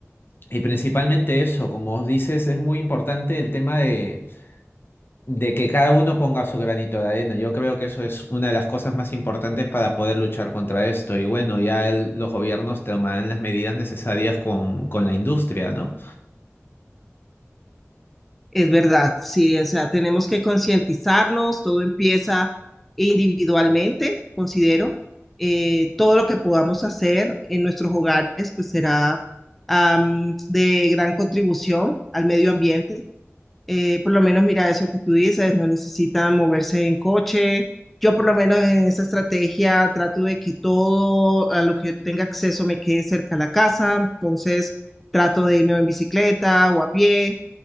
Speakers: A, on the left; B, in the centre.
A: y principalmente eso, como os dices, es muy importante el tema de, de que cada uno ponga su granito de arena. Yo creo que eso es una de las cosas más importantes para poder luchar contra esto. Y bueno, ya el- los gobiernos tomarán las medidas necesarias con, con la industria, ¿no?
B: Es verdad, sí, o sea, tenemos que concientizarnos, todo empieza individualmente, considero. Eh, todo lo que podamos hacer en nuestros hogares, pues será am, de gran contribución al medio ambiente. Eh, por lo menos, mira eso que tú dices, no necesitan moverse en coche. Yo por lo menos en esa estrategia trato de que todo a lo que yo tenga acceso me quede cerca a la casa, entonces trato de irme en bicicleta o a pie